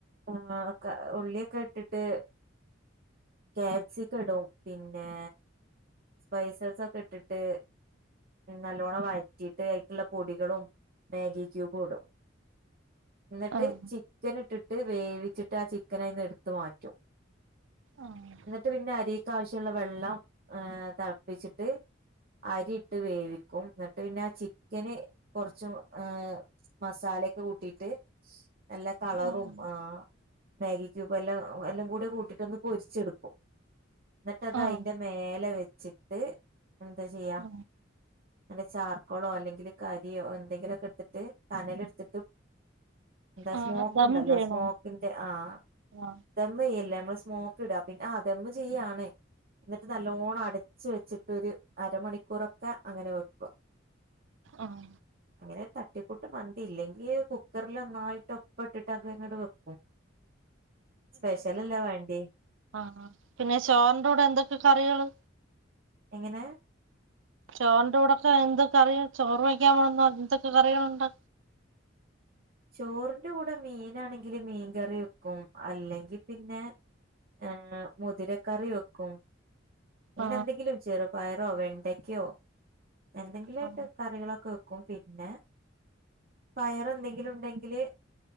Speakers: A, on the right (about 50°); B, on the right (about 75°).
A: ആ ഒക്കെ ഉള്ളിയെക്കെ ഇട്ട്ട്ട് ക്യാപ്സിക്കം ഇടും പിന്നെ സ്പൈസസ് ഒക്കെ ഇട്ടിട്ട് നല്ലോണ്ണം വയറ്റി ട്ട് അയ്ക്ക്ള്ള പൊടികളും മാഗി ക്യൂബ് ഇടും ന്നിട്ട്
B: ആഹ്
A: ചി ക്കന്ട്ട്ട്ട് വേവിച്ചിട്ട് ആ ചിക്കനയിന്ന് എടുത്ത് മാറ്റും.
B: ആഹ്
A: ന്നിട്ട് പിന്നെ അരീക്കാവശ്യള്ള വെള്ളം ഏ തൾപ്പിച്ചിട്ട് അരീട്ട് വേവിക്കും. ന്നട്ട് പിന്നെ ആ ചിക്കന് കൊർച്ചും ഏഹ്‌ മസാലൊക്കെ കൂട്ടിട്ട് നല്ല കളറും
B: ആഹ്
A: ആഹ്‌ മാഗി ക്യൂബ് എല്ലാം എല്ലാം കൂടി കൂട്ടിട്ടോന്ന് പൊരിച്ചെടുക്കും. ന്നിട്ടതയിന്റെ
B: ആഹ്
A: മേലെ വെച്ചിട്ട് ന്താ ചെയ്യാ
B: ആ
A: ന്നെ ചാർക്കോളോ അല്ലെങ്കില് കരിയോ എന്തെങ്കിലൊക്കെ ഇട്ത്ത്ട്ട് കനല് ഇട്ത്തിട്ട് എന്താ
B: ആ,
A: സ്മോക്ക്
B: ദം
A: ഇണ്ടല്ലോ
B: ചെയ്യണോ
A: സ്മോക്കിന്റെ ആ
B: ആ
A: ദമ്മെയ്യല്ലേ നമ്മള് സ്മോ ക്ക്ടാ പിന്നെ ആഹ് ദമ്മ് ചെയ്യാണ് ന്നിട്ട് നല്ലോണം ച്ച് വെച്ചിട്ടരു അരമണിക്കൂറൊക്കെ അങ്ങനെ വെക്ക
B: ആഹ്‌
A: അങ്ങനെരു തട്ടിക്കൂട്ട് മന്തി ഇല്ലെങ്കി കുക്കർല് ഒന്നായിട്ടും പ്പ്ട്ടിട്ടക്കെങ്ങട് വെക്കും സ്പെഷ്യൽ അല്ലെ വേണ്ട്യീ
B: ആഹ്‌ പിന്നെ ചോറിന്റെ കൂടെ എന്തൊക്കെ കറികള്?
A: എങ്ങനെ
B: ചോറിന്റെ കൂടെക്കെ എന്ത്‌ കറി ചോറ് വയ്ക്കാൻ പോണേന്നോ എന്തൊക്കെ കറികളുണ്ട്
A: ചോറ്ന്റെ കൂടെ മീനാണെങ്കില് മീൻകറി വെക്കും അല്ലെങ്കി പിന്നെ ഏഹ് മുതിരക്കറി വെക്കും. അങ്ങനെന്തെങ്കിലും
B: ആ
A: ചെറുപയറോ വെണ്ടയ്ക്കോ എന്തെങ്കിലും
B: ആ
A: ആയിട്ട് കറികളൊക്കെ വെ ക്കും പിന്നെ പയറെന്തെങ്കിലും ഇണ്ടെങ്കില്